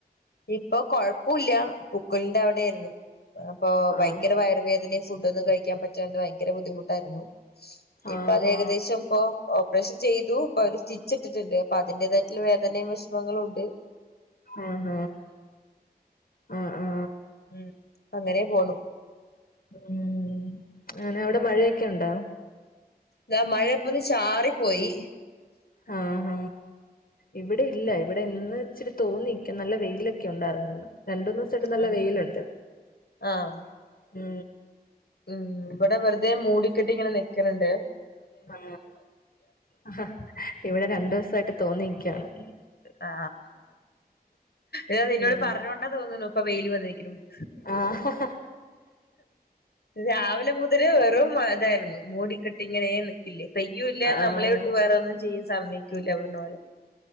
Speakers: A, on the left (about 80°); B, on the left (about 65°).
A: ഇപ്പൊ കൊഴപ്പൂല്ല്യ പുക്കിളിന്റെ അവിടെ യിരുന്നു അപ്പൊ ഭയ
B: ആഹ്
A: <unintelligible> വേദന ഫുഡ് ഒന്നും കഴിക്കാൻ പറ്റാണ്ട് ഭയങ്കര ബുദ്ധിമുട്ടായിരുന്നു ഇപ്പ
B: ആഹാ
A: അത് ഏകദേശം പ്പൊ ഓപ്പറേഷൻ ചെയ്തു പ്പ അത് സ്റ്റിച്ച് ഇട്ടിട്ടുണ്ട് പ്പ അതിന്റേതായിട്ടുള്ള വേദനയും വിഷമങ്ങളും ണ്ട്
B: ആ ഹ ആ ആ
A: ഉം അങ്ങനെ പോന്നു
B: ഉം അങ്ങനെ അവിടെ മഴയൊക്കെ ഉണ്ടോ
A: ദ മഴപ്പൊന്ന് ചാറി പോയി
B: ആ ഹ ഇവിടെ ഇല്ല ഇവിടെ ഇന്ന് ഇച്ചിരി തോന്നിക്ക നല്ല വെയിലൊക്കെ ഉണ്ടായിരുന്നു ഇന്ന് രണ്ടൂന്ന് സായിട്ട് നല്ല
A: ആഹ്
B: വെയിലുണ്ട്
A: ആഹ്
B: ഉ
A: ഉം ഇവിടെ വെറുതെ മൂടിക്കെട്ടി ഇങ്ങനെ നിക്കനുണ്ട്
B: ആ ആ ഇവിടെ രണ്ടൂസായിട്ട് തോന്നി <unintelligible>
A: ആ എ നിന്നോട്
B: ഉം
A: പറഞ്ഞോണ്ട തോന്നുന്നു ഇപ്പ വെയില് വന്നിരിക്ക്ണു-
B: ആഹ്
A: രാവിലെ മുതല് വെറും മതായിരുന്നു- മൂടിക്കെട്ടി ഇങ്ങനേനിന്ന്- പെയ്യു ഇല്ല നമ്മളെയൊട്ട്
B: ആഹ്
A: വേറെ ഒന്നും ചെയ്യ സമ്മയ് ക്കൂല പറഞ്ഞ പോലെ-